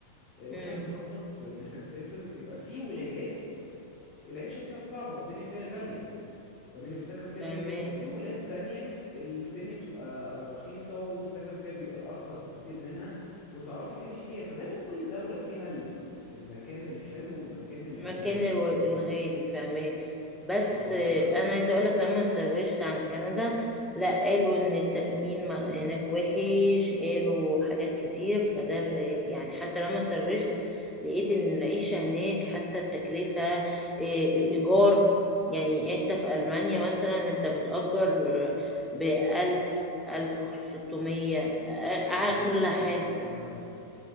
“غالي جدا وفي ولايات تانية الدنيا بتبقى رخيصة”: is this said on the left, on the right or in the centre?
Left